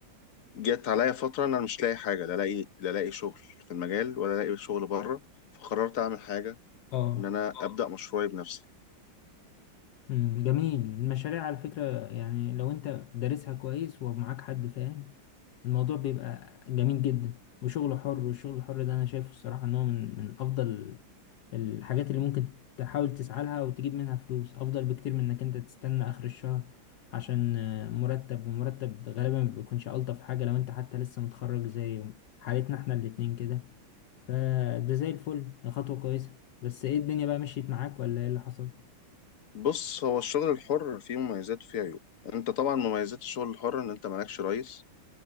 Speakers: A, on the left (about 50°); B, on the left (about 70°).
A: جت عليا فترة إن أنا مش لاقي حاجة لا لاقي لا لاقي شغل في المجال ولا لاقي شغل بره فقررت أعمل حاجة
B: اه
A: إن أنا اه أبدأ مشروعي بنفسي
B: مم، جميل المشاريع على فكرة يعني لو انت دارسها كويس ومعاك حد فاهم الموضوع بيبقى جميل جدا وشغل حر والشغل الحر ده انا شايفه الصراحة ان هو من من افضل الحاجات اللي ممكن تحاول تسعى لها وتجيب منها فلوس افضل بكتير من انك انت تستنى اخر الشهر عشان آه، مرتب ومرتب غالبا ما بيكونش الطف حاجة لو انت حتى لسه متخرج زي حالتنا احنا الاتنين كده فده زي الفل ده خطوة كويسة بس ايه الدنيا بقى مشيت معاك ولا ايه اللي حصل؟
A: بص هو الشغل الحر فيه مميزات وفيه عيوب أنت طبعا مميزات الشغل الحر إن أنت مالكش رئيس